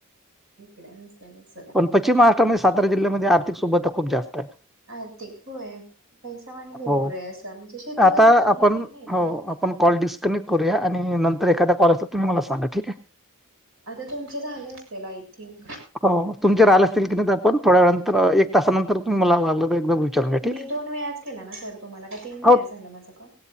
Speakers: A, on the right; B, in the centre.
A: इकडे असतात सदा.
B: पण पश्चिम महाराष्ट्रामध्ये सातारा जिल्यामध्ये आर्थिक सुबत्ता खूप जास्त आहे.
A: आर्थिक होय, पैसा पाणी भरपूर
B: हो.
A: आहे. असं म्हणजे शेती
B: आता
A: वगैरे चांगली
B: आपण
A: आहे ना इथे.
B: हो, आपण कॉल डिस्कनेक्ट करूया आणि नंतर एखादा कॉल असेल तुम्ही मला सांगा ठीक हे.
A: आता तुमचे झालं असतील आय थिंक
B: हो तुमचे राहिला असे <unintelligible> पण थोड्या वेळानंतर एक तासानंतर तुम्ही मला तर एकदम विचारून घ्या, ठीक
A: मी
B: आहे?
A: दोन वेळाच केला ना सर तुम्हाला का तीन वेळा
B: हो,
A: झाला माझा कॉल.